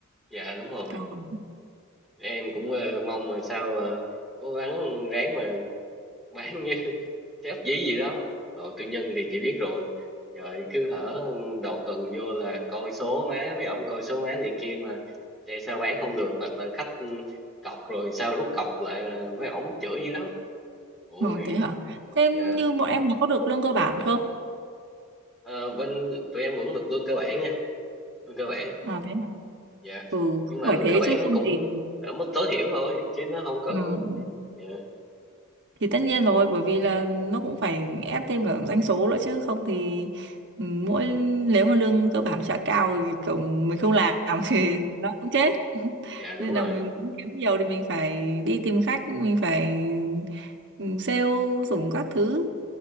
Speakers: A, in the centre; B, on the right.
A: dạ đúng rồi
B: cao
A: em cũng ờ, mong là sao ờ, cố gắng ráng mà bán sếp dí gì lắm ờ, tư nhân thì chị biết rồi rồi cứ hở đầu tuần vô là coi số má mấy ông coi số má này kia mà xe sao bán không được hoặc là khách ừ, cọc rồi sao rút cọc lại là mấy ổng chửi dữ lắm ôi
B: Ờ, thế hả? Thế
A: dạ
B: như bọn em nó có được lương cơ bản không?
A: Ờ, bên tụi em vẫn được lương cơ bản nha lương cơ bản
B: À thế hả?
A: dạ
B: Ừ,
A: nhưng
B: cũng
A: mà
B: phải
A: lương
B: thế
A: cơ bản
B: chứ không
A: nó cũng
B: thì
A: ở mức tối thiểu thôi chứ nó không có
B: ừ, ừ.
A: dạ
B: thì tất nhiên rồi bởi vì là nó cũng phải ép thêm cả doanh số nữa chứ không thì ừ, mỗi nếu mà lương cơ bản nó chả cao thì kiểu mình không làm <laughs> thì nó cũng chết. <laughs>
A: dạ đúng
B: Nên là
A: rồi
B: mình muốn kiếm nhiều thì mình phải đi tìm khách, mình phải ừ, sale dùng các thứ